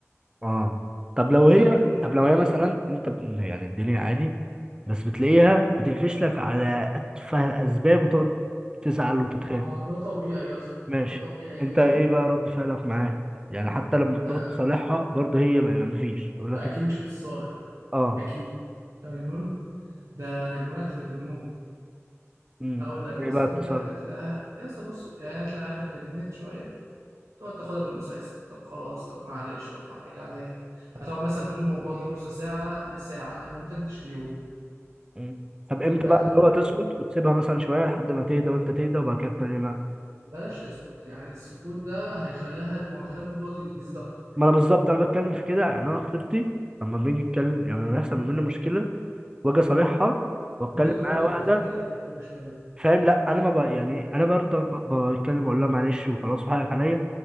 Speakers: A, on the right; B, on the right.
A: اه طب لو
B: وتلاقيها
A: هي
B: بتقول
A: طب لو هي مثلا انت ب- يعني الدنيا عادي بس بتلاقيها بتقفش لك على أتفه الأسباب وتقعد تزعل وتتخانق
B: ما ده طبيعي يا اسطى
A: ماشي
B: ده طبيعي جدا
A: أنت إيه بقى رد فعلك معاه يعني حتى لما بتقعد
B: آه،
A: تصالحها برضه هي ما ما فيش تقول
B: اكيد
A: لك أنت
B: مش هتتصالح
A: آه
B: اكيد انت مجنون ده هرمونات في دمهم
A: امم
B: هقول لك
A: طب إيه
B: يا اسطى
A: بقى التصرف
B: انت بتلاقيها يا اسطى بص يعني تلاقيها اتجننت شويه تقعد تاخدها بالمسلسل طب خلاص طب معلش طب حقك عليا هتقعد مثلا تقول الموضوع ده نص ساعه لساعه ما امتدش اليوم
A: امم طب امتى
B: يبقى
A: بقى
B: انت طول
A: اللي هو
B: اليوم
A: تسكت وتسيبها مثلا شويه لحد ما تهدى وانت تهدى وبعد كده تكلمها
B: بلاش تسكت يعني السكوت ده هيخليها المو... هيخلي الموضوع يزيد اكتر
A: ما انا بالظبط انا بتكلم في كده يعني انا خطيبتي لما بنيجي نتكلم يعني لما بيحصل ما بيننا مشكله واجي اصالحها واتكلم
B: ممكن تقول
A: معاها
B: لك
A: واحده
B: نفركش فيها كل شويه
A: فاهم لا انا ما ب... يعني انا برضه ب- بتكلم اقول لها معلش وخلاص وحقك عليا